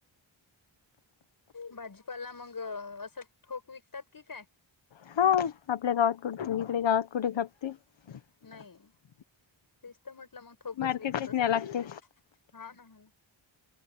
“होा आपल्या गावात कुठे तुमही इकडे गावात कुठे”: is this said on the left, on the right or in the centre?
Left